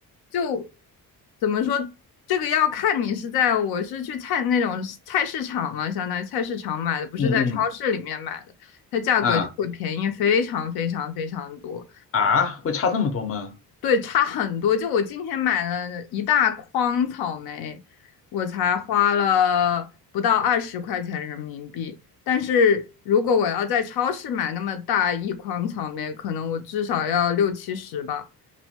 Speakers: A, on the left (about 85°); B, on the left (about 40°).
A: 就怎么说，这个要看你是在我是去菜那种菜市场嘛，相当于菜市场买的，不是在超市里面买的，
B: 嗯嗯，
A: 它价格就会便宜非常非常非常多，
B: 啊啊，会差这么多吗？
A: 对，差很多。就我今天买了一大筐草莓，我才花了不到二十块钱人民币，但是如果我要在超市买那么大一筐草莓，可能我至少要六七十吧。